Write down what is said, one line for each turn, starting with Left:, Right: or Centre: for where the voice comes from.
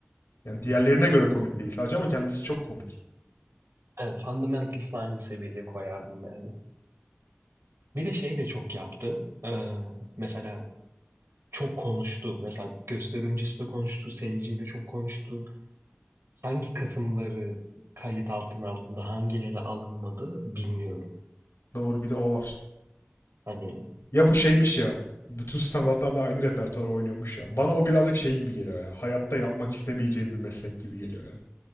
Left: Yani diğerlerine göre komik değil sadece ama kendisi çok komik.
Right: Evet, Fundamentals'la aynı seviyeye koyardım yani. Bir de şey de çok yaptı. Ee, mesela çok konuştu. Mesela gösteri öncesi de konuştu, seyirciyle çok konuştu. Hangi kısımları kayıt altına alındı, hangileri alınmadı bilmiyorum.
Left: Doğru bir de o var.
Right: Hani
Left: Ya bu şeymiş ya. Bütün standartlarda aynı repertuarı oynuyormuş ya. Bana o birazcık şey gibi geliyor ya. Hayatta yapmak istemeyeceğim bir meslek gibi geliyor ya.